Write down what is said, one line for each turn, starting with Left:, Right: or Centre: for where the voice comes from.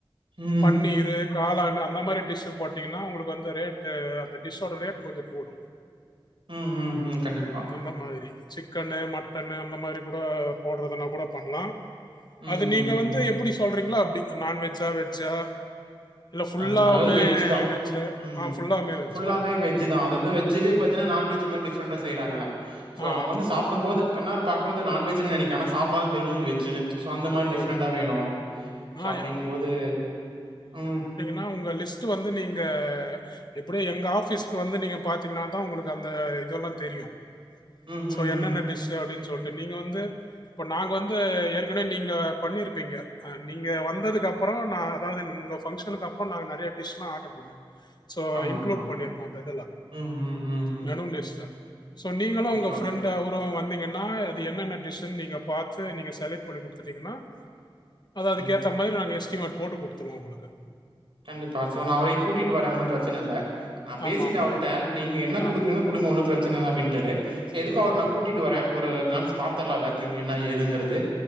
Right: ம்
Left: பன்னீரு காளானு அந்த மாரி டிஷ்ஷு போட்டிங்கனா ஒங்ளுக்கு வந்து ரேட்டு அந்த டிஷ்ஷோட ரேட்டு கொஞ்சொ கூடு
Right: ம், ம், ம். கண்டிப்பா.
Left: அந்த மாதிரி சிக்கன்னு மட்டன்னு அந்த மாதிரி கூட போட்றதுனா கூட பண்லா
Right: ம்,
Left: அது நீங்க
Right: ம்,
Left: வந்து
Right: ம்.
Left: எப்புடி சொல்றிங்ளோ அப்டி நான்வெஜ்ஜா வெஜ்ஜா இல்லை ஃபுல்லாகவுமே
Right: அ அதாவது வெஜ்ஜு தா
Left: வெஜ்ஜா
Right: ம்
Left: ஆ
Right: ம்
Left: ஃபுல்லாகவுமே வெஜ்ஜா
Right: ஃபுல்லாவே வெஜ் ஜு தா அதாது வெஜ்லே பாத்தின்னா நான்வெஜ் மாரி டிஃப்ரண்டா செய்ராங்கல்ல சோ
Left: ஆ
Right: அவ வந்து சாப்புடும்போது கண்ணார பாக்ம்போது நான்வெஜ்னே நெனக்க ஆனா சாப்டாதா தெரியு வெஜ்ஜுனு சோ அந்த மாறி டிஃப்ரெண்டா
Left: ஓ
Right: வேணு சோ
Left: ஆ
Right: அப்டிங்கும் போது ம்
Left: நா ஒங்க லிஸ்ட்டு வந்து நீங்க இப்டியே எங்க ஆஃபீஸ்க்கு வந்து நீங்க பாத்திங்னாதா ஒங்களுக்கு அந்த இதெல்லா தெரியு
Right: ம்,
Left: சோ
Right: ம்,
Left: என்னென்ன
Right: ம்.
Left: டிஸ்ஸு அப்டினு சொல்ட்டு நீங்க வந்து இப்ப நாங்க வந்து ஏற்கனவே நீ ங்க பண்ணிருப்பீங்க நீங்க வந்ததுக்கு அப்பறோ நா அதாது உங்க பங்ஷனுக்கு அப்றோ நாங்க நெறையா டிஷ்லா ஆர்டர் பண்ணோ சோ
Right: ஆமாமா.
Left: இன்க்ளூட் பண்ணிருக்கோ அந்த இதெல்ல
Right: ம், ம், ம், ம்.
Left: மெனு மெஸ்ல சோ நீங்களு
Right: ஓகே,
Left: உங்க ஃப்ரெண்டு
Right: ஓகே.
Left: அவ்ரு வந்திங்கன்னா அது என்னென்ன டிஷ்ஷுன் நீங்க பாத்து நீங்க செலக்ட் பண்ணி குடு துட்டீங்கன்னா அது அதுக்கேத்த
Right: ம்.
Left: மாரி நாங்க எஸ்ட்டிமேட் போட்டு குட்த்துருவோ உங்களுக்கு
Right: கண்டிப்பா சோ நாளைக் கூட்டிட்டு வரே ஒன்னு பிரச்சன இல்ல நா பேசிட்டே
Left: ஆமாம் ஆமாம்
Right: அவர்ட்ட நீங்க என்ன
Left: ஆ
Right: குடுக்ரீங்ளோ குடு குடுங்க ஒன்னு பிரச்சனில்ல அப்டின்ட்டாரு சே எதுக்கு அவர
Left: ம்
Right: நா கூட்டிட் டு வரே ஒரு கான்ஸ் பாத்தர்லா எல்லாத்தையுமே என்ன ஏதுங்கிறது